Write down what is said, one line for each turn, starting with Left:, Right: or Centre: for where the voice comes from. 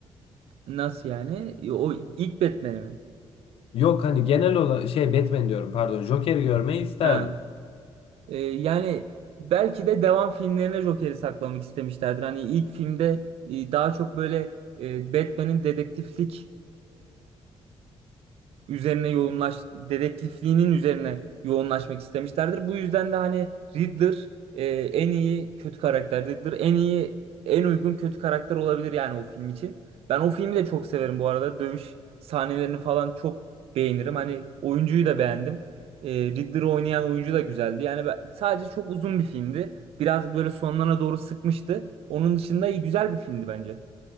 Right: Nasıl yani? O ilk Batman'i mi?
Left: Yok hani genel olarak şey Batman diyorum pardon Joker'i görmeyi isterdim.
Right: Ha. Ee, yani belki de devam filmlerine Joker'i saklamak istemişlerdir. Hani ilk filmde e, daha çok böyle e, Batman'in dedektiflik üzerine yoğunlaş dedektifliğinin üzerine yoğunlaşmak istemişlerdir. Bu yüzden de hani Riddler e, en iyi kötü karakter. Riddler en iyi en uygun kötü karakter olabilir yani o film için. Ben o filmi de çok severim bu arada. Dövüş sahnelerini falan çok beğenirim. Hani oyuncuyu da beğendim. E, Riddler'ı oynayan oyuncu da güzeldi. Yani ben, sadece çok uzun bir filmdi. Biraz böyle sonlarına doğru sıkmıştı. Onun dışında iyi, güzel bir filmdi bence.